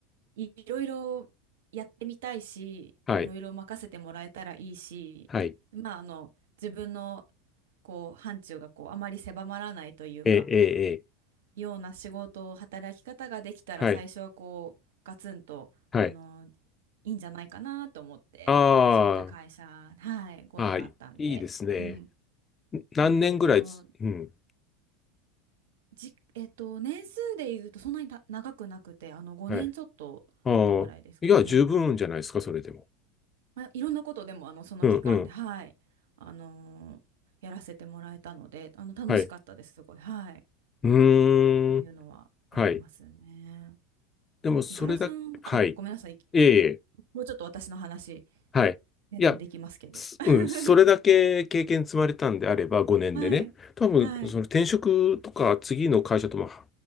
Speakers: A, on the right (about 65°); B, on the left (about 25°).
A: いいろいろやってみたいし、
B: はい。
A: いろいろ任せてもらえたらいいし、
B: はい。
A: まあ、あの、自分の、こう、範疇が、こう、あまり狭まらないというか、
B: ええ、ええ、ええ
A: ような仕事働き方ができたら、
B: はい。
A: 最初は、こう、ガツンと、
B: はい。
A: あの、いいんじゃないかなと思って、
B: あ
A: そういった会社、はい、ご縁があったんで、
B: あ、ああ、いいですね。
A: うん。
B: ん何年ぐらいつ、
A: なので、あの、
B: うん。
A: じ、えっと、年数で言うと、そんなにた長くなくて、あの、5年ちょっととかぐらいですかね。
B: はい。ああ、いや、十分じゃないですか、それでも。
A: まあ、いろんなことでも、あの、その期間で、
B: うん、うん。
A: はい、あのーやらせてもらえたので、あの、楽しかったです、
B: はい。
A: すごい。はい。っ
B: うーん。
A: ていうのはありますね。
B: はい。でも、それだ、
A: 井原さん、
B: はい。
A: あ、ごめんなさい。
B: ええ、
A: もうちょっと私の話、
B: はい。
A: 全然できますけど。
B: いや、すうん、
A: <laughs>
B: それだけ経験積まれたんであれば、5年でね。
A: はい。
B: 多分、
A: はい。
B: その転職とか、次の会社とも